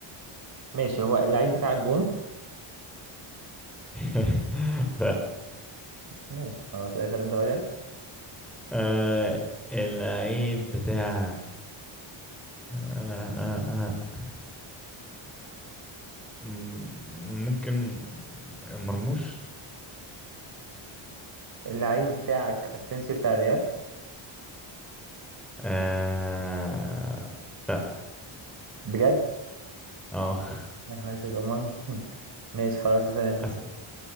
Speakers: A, on the right; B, in the centre.
A: ماشي هو اللعيب بتاعك جون
B: <laughs> لا
A: ماشي خلاص اسأل انت بقى
B: آه اللعيب بتاعك آه آه آه. م- ممكن مرموش
A: اللعيب بتاعك اسينسيو بتاع الريال
B: آه لا
A: بجد
B: اه
A: يا نهار اسود امال مين <laughs> ماشي خلاص اسأل انت
B: أس...